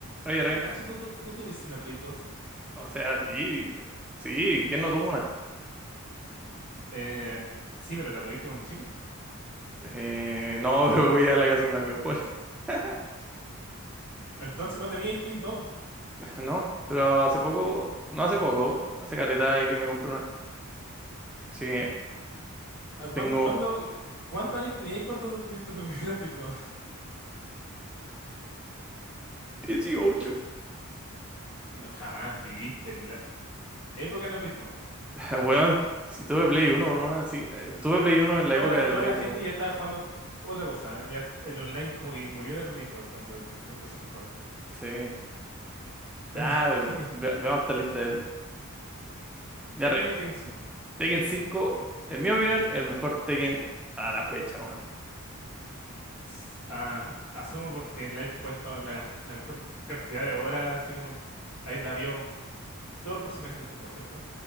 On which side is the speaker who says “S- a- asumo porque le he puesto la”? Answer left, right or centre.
Left